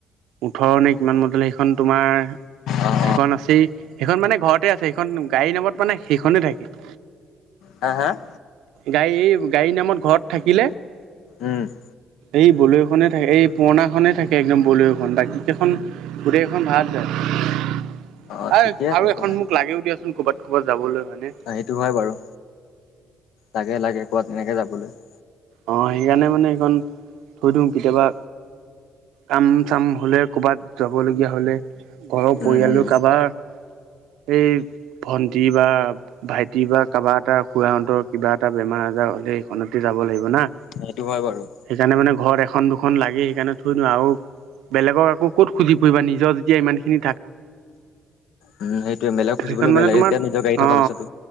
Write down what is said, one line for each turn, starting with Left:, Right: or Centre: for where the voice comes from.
Right: ওঠৰ নে কিমান মডেলৰ সেইখন তোমাৰ সেইখন
Left: অঁ
Right: আছেই। সেইখন মানে ঘৰতেই আছে। <inaudible> সেইখন গাড়ী নামত মানে সেইখনেই থাকে। <inaudible>
Left: হা-হা? <unintelligible>
Right: গাড়ী, এই গাড়ীৰ নামত ঘৰত থাকিলে <unintelligible>
Left: উম! <inaudible>
Right: এই বলেৰ'খনেই থাকে, এই পুৰণাখনেই থাকে একদম বলেৰ'। <inaudible> <unintelligible> এইখন গোটেই কেইখন ভাৰাত যায়? <inaudible>
Left: অঁ
Right: এ
Left: ঠিকে আছে
Right: আৰু
Left: একো
Right: এখন
Left: নাই
Right: মোক লাগেও দিয়া চোন, ক'ৰবাত-ক'ৰবাত যাবলৈ হয় নে? <inaudible>
Left: অ! সেইটো হয় বাৰু। লাগে-লাগে ক'ৰবাত এনেকে যাবলৈ। <inaudible>
Right: অং! সেইকাৰণে মানে সেইখন থৈ দিওঁ, কেতিয়াবা কাম <inaudible> চাম হ'লে, কৰ'বাত যাবলগীয়া হ'লে, ঘৰৰ পৰিয়ালৰ
Left: উম উম
Right: কাৰোবাৰ <unintelligible> এই ভণ্টি বা <inaudible> ভাইটি বা কাৰোবা এটাৰ খুৰাহঁতৰ কিবা এটা বেমাৰ আজাৰ হ'লে এইখনতেই যাব লাগিব না। <inaudible>
Left: সেইটো হয় বাৰু। <unintelligible>
Right: সেইকাৰণে মানে ঘৰত এখন দুখন লাগি সেইকাৰণে থৈ দিওঁ আৰু। বেলেগক আকৌ ক'ত খুজি ফুৰিবা নিজৰ। এতিয়া ইমানখিনি।
Left: উম সেইটোয়ে বেলেগ খুজিবলৈ
Right: সেইখন
Left: বেয়া
Right: মানে
Left: লাগে
Right: তোমাৰ
Left: এতিয়া নিজৰ গাড়ী
Right: অ
Left: থকা পিছতো।